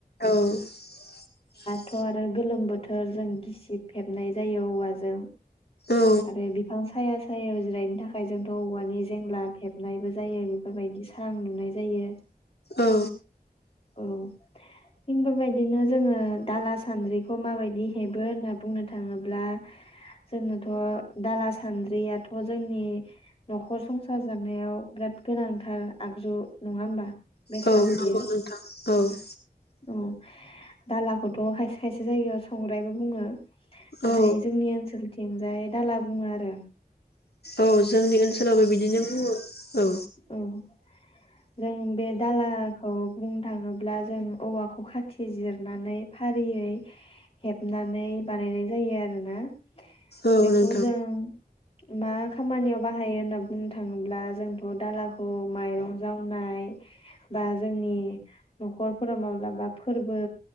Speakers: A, on the left; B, on the left.
A: <unintelligible>
B: थ'आरो गोलोम बोथोर जों गिसिब हेबनाय जायो औवाजों।
A: औ
B: आरो बिफां साया सायायाव जिरायनो थाखाय जोंथ'औवानि जेंलाब फेबनायबो जायो बेफोरबायदि सां लुनाय जायो।
A: औ।
B: औ। थिग बेबायदिनो जोङो दाला सान्द्रिखौ माबायदि हेबो होनना बुंनो थाङोब्ला जोंनोथ' दाला सान्द्रियाथ' जोंनि न'खर संसार जानायाव बिराद गोनांथार आगजु नङा होमबा? बेसाद
A: औ
B: बेयो
A: <unintelligible> औ।
B: औ दालाखौथ' खायसे खायसे जायगायाव संग्रायबो बुङो। नाथाय
A: औ
B: जोंनि ओनसोलथि थिंजाय दाला बुङो आरो।
A: औ। जोंनि ओनसोलावबो बिदिनो बुङो। औ
B: उम। जों बे दालाखौ बुंनो थाङोब्ला जों औवाखौ खाथि जिरनानै फारियै हेबनानै बानायनाय जायो आरोना
A: औ
B: बेखौ
A: नोंथां
B: जों मा खामानियाव बाहायो होनना बुंनो थाङोब्ला जों बे दालाखौ माइरं जावनाय बा जोंनि न'खरफोराव माब्लाबा फोरबो